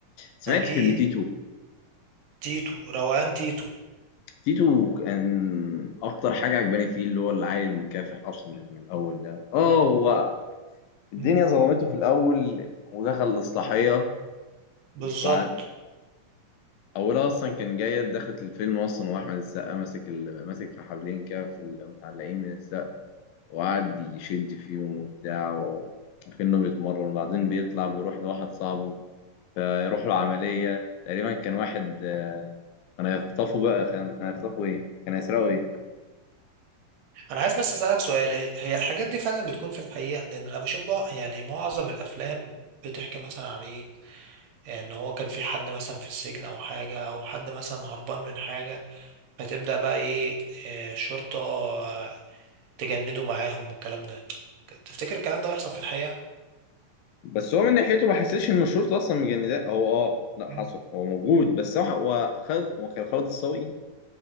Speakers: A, on the left; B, on the right.
A: سمعت
B: اكيد
A: فيلم تيتو
B: تيتو روقان تيتو
A: تيتو كان اكتر حاجه عجباني فيه اللي هو العيل المكافح اصلا اللي من الاول ده اه هو الدنيا
B: مم،
A: ظلمته في الاول ودخل الاصلاحيه
B: بالظبط
A: وبعد اولها اصلا كان جايه دخلت الفيلم اصلا واحمد السقا ماسك ال... ماسك في حبلين كده في المتعلقين من السقا وقعد يشد فيهم وبتاع و- وكأنه بيتمرن وبعدين بيطلع بيروح لواحد صاحبه فيروح له عملية تقريبا كان واحد آه، كان هيخطفه بقى كان كان هيخطفه ايه كان هيسرقه ايه
B: انا عايز بس اسالك سؤال هي هي الحاجات دي فعلا بتكون في الحقيقه لان انا بشوف بقى يعني معظم الافلام بتحكي مثلا على ايه ان هو كان في حد مثلا في السجن او حاجة او حد مثلا هربان من حاجة فتبدأ بقى ايه آه، الشرطة آه، تجنده معاهم والكلام ده تفتكر الكلام ده بيحصل في الحقيقة
A: بس هو من ناحيته ما حسيتش ان الشرطة اصلا مجنداه هو اه لا
B: مم.
A: حصل هو موجود بس هو هو خالد هو كان خالد الصاوي ما